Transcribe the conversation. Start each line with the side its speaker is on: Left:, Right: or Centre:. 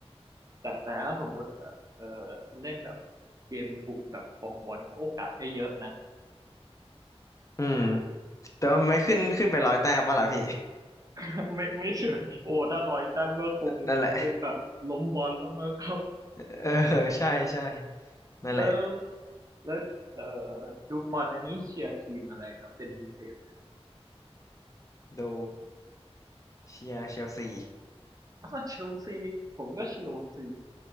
Right: แต่แต่ถ้าสมมุติแบบเออเล่นแบบเกมบุกแบบครองบอลก็โอกาสก็เยอะนะ
Left: อืมแต่ว่ามันไม่ขึ้นขึ้นไปร้อยแต้มวะล่ะพี่
Right: <laughs> ไม่ไม่เชื่อโอ้ถ้าร้อยแต้มก็คงเป็นแบบล้มบอลแล้วมั้งครับ
Left: <laughs> นั่นแหละ เออ <laughs> ใช่ใช่นั่นแหละ
Right: แล้ว แล้วเอ่อดูบอลอันนี้เชียร์ทีมอะไรครับเป็นพิเศษ
Left: ดูเชียร์เชลซี
Right: อ๋อเชลซีผมก็เชลซี